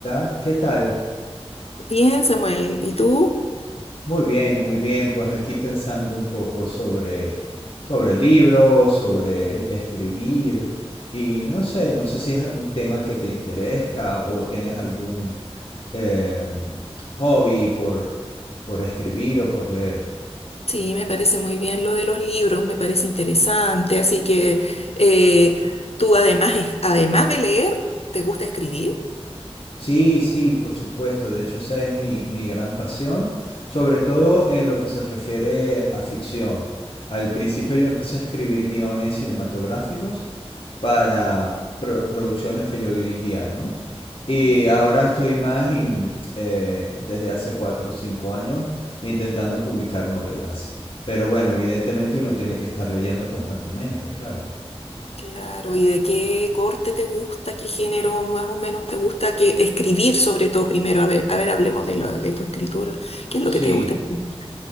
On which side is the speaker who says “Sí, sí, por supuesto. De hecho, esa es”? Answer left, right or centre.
Left